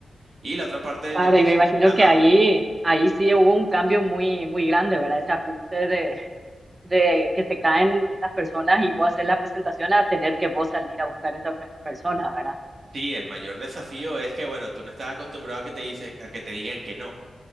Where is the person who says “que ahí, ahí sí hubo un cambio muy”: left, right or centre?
Right